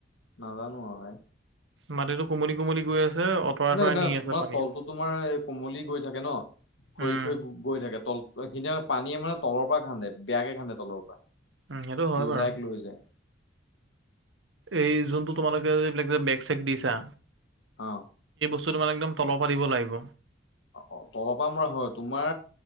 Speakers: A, on the left (about 70°); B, on the right (about 80°).
A: নাজানো আ ভাই
B: মাটিতো কমল কমল গৈ আছে অঁতৰাই অঁতৰাই
A: নাই নহ
B: নি
A: তোমাৰ
B: আছে পানীয়ে
A: তলটোো তোমাৰ এই কোমলি গৈ থাকে ন খৰি
B: উম
A: খৰি গৈ থাকে তল সদিনা পানীয়ে মানে তলৰ পৰা খান্োকোন্ে তলৰ পৰা
B: উ সেইটো হয় বাৰু
A: লাইক লৈ যায়
B: এই য তোমালোকে এইিলাক বেক চেক দিছা
A: অ
B: বস মানে একম তলৰ পা দিব লাগিব
A: অ তলৰ পৰা মৰা হয় তোমাৰ